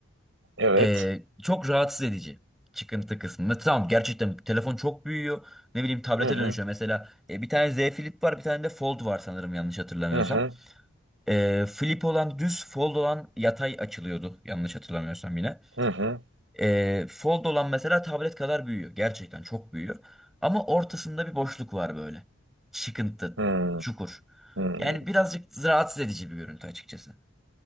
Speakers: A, on the right; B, in the centre.
A: Evet.
B: e, çok rahatsız edici. Çıkıntı kısmı. Mesela Tamam gerçekten telefon çok büyüyor. Ne bileyim tablete
A: Hı hı.
B: dönüşüyor. Mesela e, bir tane Z Flip var, bir tane de Fold var sanırım yanlış hatırlamıyorsam.
A: Hı hı.
B: E, Flip olan düz, Fold olan yatay açılıyordu yanlış hatırlamıyorsam yine.
A: Hı hı.
B: E, fold olan mesela tablet kadar büyüyor. Gerçekten çok büyüyor. Ama ortasında bir boşluk var böyle. Çıkıntı,
A: Hı
B: çukur.
A: hı.
B: Yani birazcık rahatsız edici bir görüntü açıkçası.